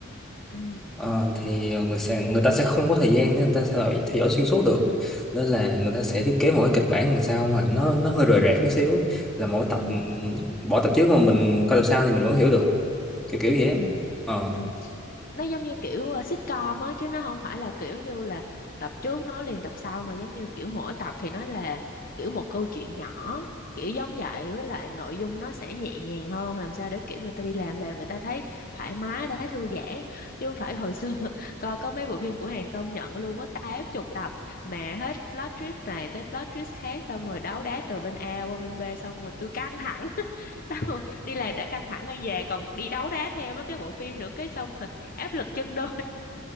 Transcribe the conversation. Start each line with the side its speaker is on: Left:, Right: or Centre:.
Left: ừ
Centre: Ờ, thì ờ, người sẽ, người ta sẽ không có thời gian để người ta theo dõi, theo dõi xuyên suốt được nên là người ta sẽ thiết kế một cái kịch bản làm sao mà nó nó hơi rời rạc một xíu là mỗi tập
Left: ừ
Centre: ừ, ừ, bỏ tập trước mà mình coi tập sau thì mình vẫn hiểu được kiểu kiểu vậy á
Left: ừ
Centre: Ờ.
Left: ừ nó giống như kiểu ờ, sitcom á chứ nó không phải là kiểu như là tập trước nói liền tập sau mà giống như kiểu mỗi tập thì nó là kiểu một câu chuyện nhỏ kiểu giống vậy với lại nội dung nó sẽ nhẹ nhàng hơn làm sao để kiểu người ta đi làm về người ta thấy thoải mái người ta thấy thư giãn chứ không phải hồi xưa <laughs> coi có mấy bộ phim của Hàn công nhận luôn có tám chục tập mà hết plot twist này tới plot twist khác xong rồi đấu đá từ bên A qua bên B xong rồi tôi căng thẳng <laughs> xong rồi đi làm đã căng thẳng rồi về còn đi đấu đá theo mấy cái bộ phim nữa cái xong áp lực chân đôi